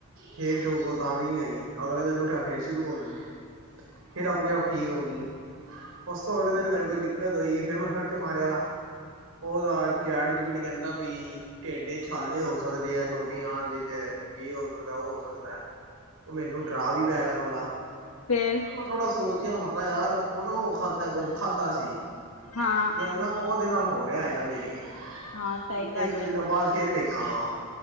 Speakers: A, on the right (about 75°); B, on the left (about 75°).
A: ਠੀਕ-ਠੂਕ ਔ ਤਾਂ ਵੀ ਨੀ ਹੋਈ। ਅਗਲੇ ਦਿਨ ਉੱਠਿਆ ਫੇਰ ਸ਼ੁਰੂ ਹੋ ਗਈ। ਫੇਰ ਆਪਣੇ ਆਪ ਠੀਕ ਹੋ ਗੀ ਉਸ ਤੋਂ ਅਗਲੇ ਦਿਨ ਮੇਰੇ ਕੋਈ ਦਿ ਕਤ ਹੋਈ ਫਿਰ ਮੈਂ ਸਰ ਚ ਮਾਰਿਆ ਉਹਦਾ ਚੈਟ ਜੀਵਿਟੀ ਕੇਂਦਾ ਪਈ ਟੇਡ ਇਚ ਛਾਲੇ ਹੋ ਸਕਦੇ ਆ ਛੋਟੀ ਆਂਤ ਇਚ। ਕੀ ਹੋ ਸਕਦਾ, ਓ ਹੋ ਸਕਦਾ ਓ ਮੈਨੂੰ ਡਰਾ ਵੀ ਪੈ ਗਾ ਥੋੜਾ।
B: ਫਿਰ
A: ਤੇ ਮੈਂ ਥੋੜਾ ਸੋਚਿਆ ਮੈਂ ਕਿਹਾ ਯਾਰ ਆਪਾਂ ਨਾ ਉਹ ਖਾਧਾ ਕੁਛ ਖਾਧਾ ਸੀ।
B: ਹਾਂ।
A: ਓ ਨਾ ਉਦੇ ਨਾਲ ਹੋ ਰਿਹਾ ਹੈਗਾ ਮੇਰੇ,
B: ਹਾਂ ਸਹੀ
A: ਇੱਕ-ਦੋ
B: ਗੱਲ
A: ਦਿਨਾਂ ਬਾਦ ਫੇਰ ਵੇਖਾ ਗਾ।